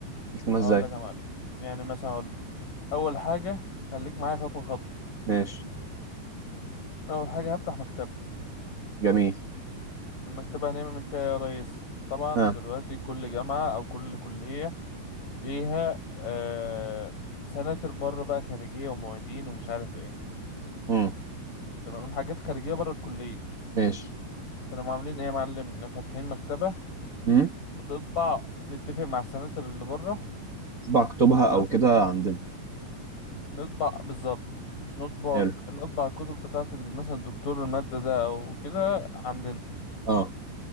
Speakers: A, on the right (about 60°); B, on the left (about 50°).
A: يكتبها ازاي
B: هقول لك يا معلم يعني مثلا اقول لك اول حاجة خليك معايا خطوة خطوة
A: ماشي
B: اول حاجة هفتح مكتبة
A: جميل
B: المكتبة هنعمل فيها إيه يا ريس طبعا
A: اه
B: دلوقتي كل جامعة او كل كلية ليها آه سناتر بره بقى خارجية ومعيدين ومش عارف ايه
A: امم
B: تمام حاجات خارجية بره الكلية
A: ماشي
B: فنقوم عاملين ايه يا معلم إن فاتحين مكتبة
A: امم
B: بتطبع نتفق مع السناتر اللي بره
A: بقى اكتبها
B: تمام
A: او كده عندنا
B: نطبع بالظبط نطبع
A: حلو
B: نطبع الكتب بتاعة ال- مثلا الدكتور المادة ده او كده عندنا
A: اه